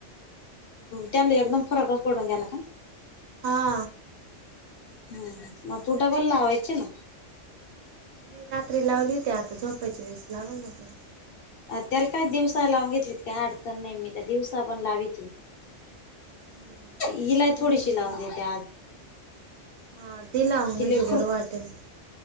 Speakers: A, on the left; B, on the right.
A: त्यानले एकदम फरकच पडून गेला का?
B: हा.
A: दम्म म ती डब्बल लावायची ना.
B: मी रात्री लावली होती आता झोपाच्या वेळेस लावल ना परत.
A: अ त्याला काय दिवसा लावून घेतली काही अडचण नाही मी दिवसा पण लावीती.
B: हम्म.
A: ईला
B: नाही
A: थोडीशी
B: मी
A: लावून
B: नाही
A: देते आज.
B: हा ते लावून
A: तिले
B: देजो
A: फुर
B: बरं वाटेल.